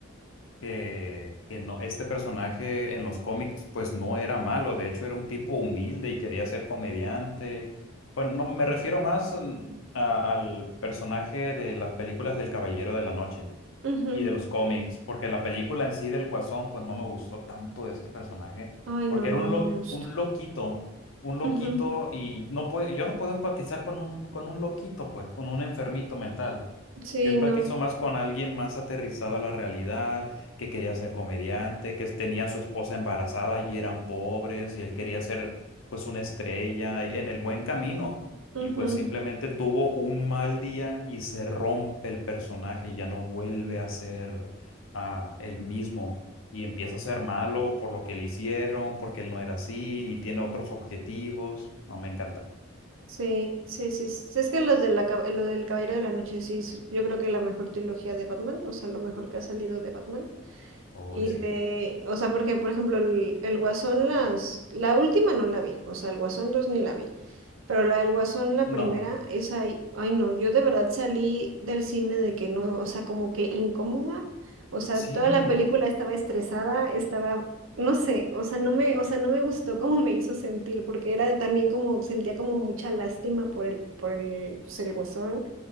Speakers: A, on the left (about 80°); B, on the right (about 75°).
A: que, que no, este personaje en los cómics pues no era malo, de hecho era un tipo humilde y quería ser comediante. Pues no, me refiero más mm, a- al personaje de las películas del Caballero de la Noche
B: ujú.
A: y de los cómics, porque la película en sí del Guasón, pues no me gustó tanto de este personaje,
B: Ay,
A: porque
B: no, a mí
A: era un,
B: no
A: lo-
B: me gustó.
A: un loquito, un loquito,
B: Ujú.
A: y no puede, yo no puedo empatizar con un, con un loquito, pues, con un enfermito mental.
B: Sí,
A: Yo empatizo
B: no.
A: más con alguien más aterrizado a la realidad, que quería ser comediante, que tenía a su esposa embarazada y eran pobres, y él quería ser, pues, una estrella en el buen camino
B: ujú.
A: y pues simplemente tuvo un mal día y se rompe el personaje, ya no vuelve a ser ah, el mismo y empieza a ser malo por lo que le hicieron, porque él no era así y tiene otros objetivos. No, me encanta.
B: Sí, sí, sí. sí, Es que los de la, cab- lo del Caballero de la Noche, sí, es- yo creo que la mejor trilogía de Batman, o sea, lo mejor que ha salido de Batman.
A: Hoy
B: Y
A: sí.
B: de, o sea, porque, por ejemplo, el, el Guasón, las, la última no la vi, o sea, el Guasón 2 ni la vi, pero la del Guasón, la
A: No.
B: primera, esa, ay, ay no, yo de verdad salí del cine de que no, o sea, como que incómoda, o sea,
A: Sí.
B: toda la película estaba estresada, estaba, no sé, o sea, no me, o sea, no me gustó cómo me hizo sentir, porque era de- también como, sentía como mucha lástima por el, por el, pues, el Guasón,